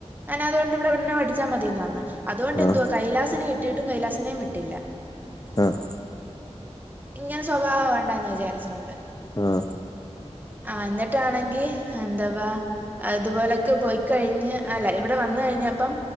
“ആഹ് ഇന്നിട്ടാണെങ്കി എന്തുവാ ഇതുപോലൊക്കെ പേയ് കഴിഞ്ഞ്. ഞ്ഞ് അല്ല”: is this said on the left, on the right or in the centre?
Right